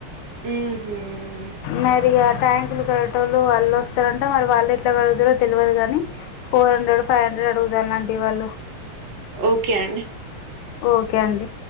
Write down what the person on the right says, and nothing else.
ఉహు్మ్
ఓకే అండి